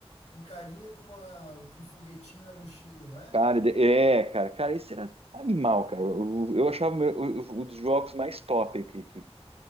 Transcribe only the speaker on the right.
Cara, de- é, cara, cara, esse era animal, cara. Eu, eu achava o meu- o- o- um dos jogos mais top que, que,